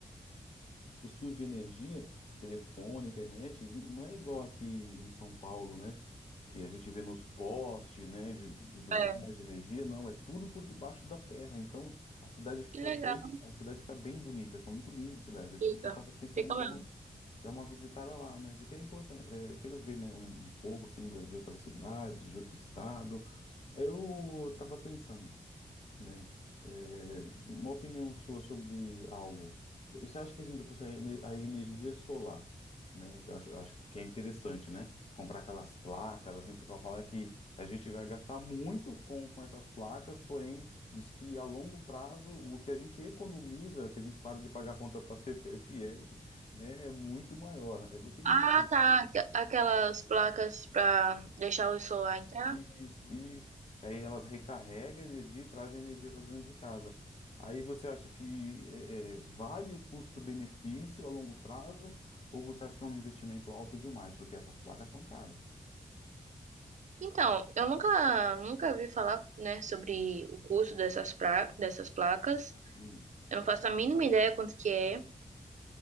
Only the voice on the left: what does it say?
os fios de energia, telefone, internet, isso não é igual aqui em São Paulo, né? Que a gente vê nos postes, né, de, de tudo
mais, de energia, não, é tudo por debaixo da terra. Então, a cidade fica
bem, a cidade fica bem bonita, fica muito linda a cidade. Eu,
eu tava pensando
em dar
uma, dar uma visitada lá, né? Porque é importante, é, eu quero ver, né, um, um pouco assim da- de outra cidade, de outro estado. Aí Eu tava pensando né? É, tipo, uma opinião sua sobre algo. Você acha que assim, tipo, se a ene- a energia solar, né? Que eu acho, eu acho que é interessante, né? Comprar aquelas placas, assim, o pessoal fala que a gente vai gastar muito com, com essas placas, porém, diz que a longo prazo o que a gente economiza, que a gente para de pagar a conta para CPFL, né, é muito maior. Aí, O que que
você acha?
Isso, isso. Aí elas recarregam a energia e trazem a energia para dentro de casa. Aí você acha que é, é, vale o custo-benefício a longo prazo ou você acha que é um investimento alto demais? Porque essas placas são caras.
Hum,